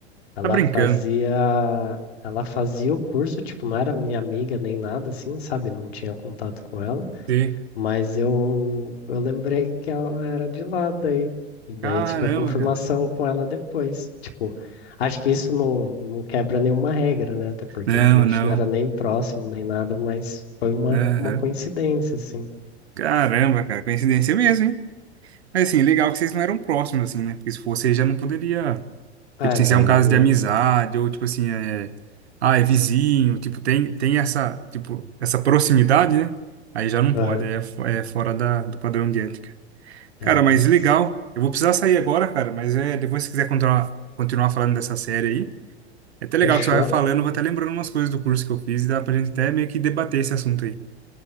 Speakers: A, on the left; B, on the right.
A: Ela
B: Tá brincando.
A: fazia, ela fazia o curso, tipo, não era minha amiga nem nada, assim, sabe? Não tinha contato com ela,
B: Sei.
A: mas eu, eu lembrei que ela era de lá daí. E daí
B: Caramba,
A: eu tive a confirmação
B: cara.
A: com ela depois. Tipo, acho que isso não, não quebra nenhuma regra, né? Até porque
B: Não,
A: a gente
B: não.
A: não era nem próximo nem nada, mas foi uma,
B: Aham.
A: uma coincidência, assim.
B: Caramba, cara. Coincidência mesmo, hein? Mas assim, legal que vocês não eram próximos, assim, né? Porque se fosse, aí já não poderia.
A: É,
B: Tipo assim,
A: daí
B: se é um caso
A: não ia.
B: de amizade, ou tipo assim, é. Ah, é vizinho, tipo, tem, tem essa, tipo, essa proximidade, né? Aí já não pode,
A: Aham,
B: é, fo- é fora da, do padrão de ética. Cara,
A: É, mas
B: mas legal. Eu vou precisar sair agora, cara, mas é, depois se quiser continuar, continuar falando dessa série aí, é até legal
A: fechou.
B: que você vai falando, eu vou até lembrando umas coisas do curso que eu fiz e dá pra gente até meio que debater esse assunto aí.